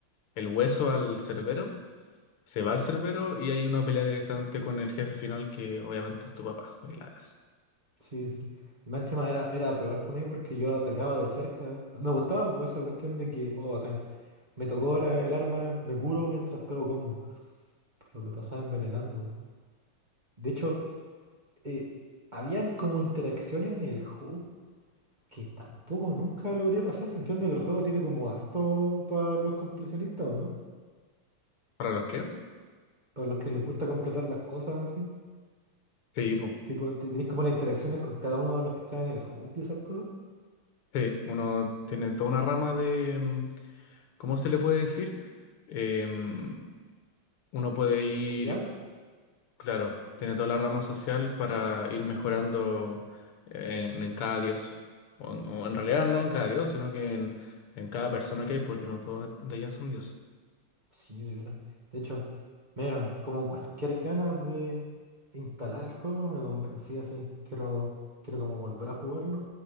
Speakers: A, on the left; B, on the right.
A: el hueso al Cerbero se va al cerbero y hay una pelea directamente con el jefe final que obviamente es tu papá. Y es.
B: sí, sí. Y Más encima era, era peor para mí porque yo atacaba de cerca. Me gustaba por esa cuestión de que, oh, bacán, me tocó ahora el arma, me curo mientras pego combo. Pero me pasaba envenenando. De hecho, eh, habían como interacciones en el hub que tampoco nunca logré pasar. si Entiendo que el juego tiene como harto para los completionistas, ¿o no?
A: ¿Para los qué?
B: Para los que les gusta completar las cosas así.
A: Sí, po.
B: Tipo, te- tenés como las interacciones con cada uno de los que están en el hub y esas cosas.
A: Sí, uno tiene toda una rama de... mm, ¿Cómo se le puede decir? Em, uno puede ir,
B: Social.
A: claro, tiene toda la rama social para ir mejorando eh, en, en cada dios. O en, o en realidad no en cada dios, sino que en, en cada persona que hay, porque no todos de ellas son dioses.
B: Sí, de veras. De hecho, me dieron como cualquier ganas de instalar el juego, me convencí así. Quiero, quiero como volver a jugarlo.